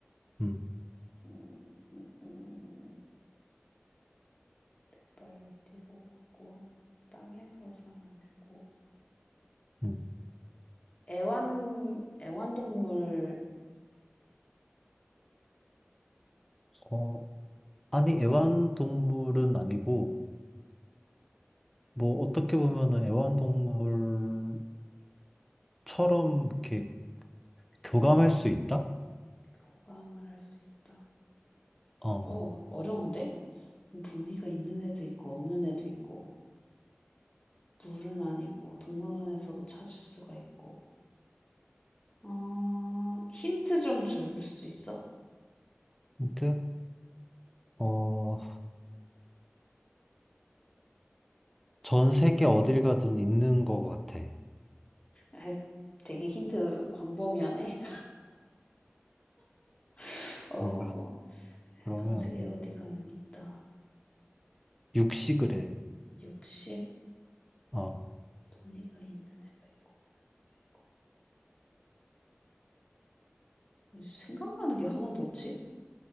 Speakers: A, in the centre; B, on the left.
A: 음,
B: 음, 음, 네 발로 뛰고 걷고, 땅에서 사는 애고.
A: 음.
B: 애완, 애완동물이야?
A: 어, 아니, 애완동물은 아니고, 뭐, 어떻게 보면은 애완동물처럼 이렇게 교감할 수 있다?
B: 교감을 할 수 있다.
A: 어,
B: 어, 어려운데? 무늬가 있는 애도 있고, 없는 애도 있고. 물은 아니고 동물원에서도 찾을 수가 있고. 어, 힌트 좀 줄 수 있어?
A: 힌트? 어, 전 세계 어딜 가든 있는 것 같아.
B: 에 되게 힌트 광범위하네. <laughs> 어,
A: 그런가? 그러면
B: 전 세계 어디 가면 있다.
A: 육식을 해.
B: 육식,
A: 어,
B: 무늬가 있는 애가 있고, 없는 애가 있고. 생각나는 게 하나도 없지?